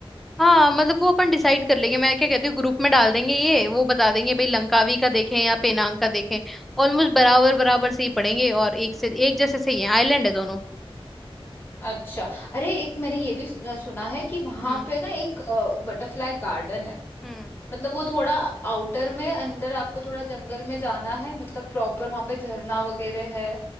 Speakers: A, in the centre; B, on the left.
A: हाँ मतलब वो अपन डिसाइड कर लेंगे मैं क्या कहती हूँ ग्रुप में डाल देंगे ये वो बता देंगे भाई लंकावी का देखें या पेनांग का देखें ऑलमोस्ट बराबर बराबर से ही पड़ेंगे और एक से एक जैसे सही है आइलैंड है दोनों
B: अच्छा अरे एक मैंने ये भी सु- सुना है कि वहां
A: हम्म
B: पे ना एक बटरफ्लाई गार्डन है
A: हम्म
B: मतलब वो थोड़ा आउटर में अंदर आपको थोड़ा जंगल में जाना है मतलब प्रॉपर वहां पे झरना वगैरह है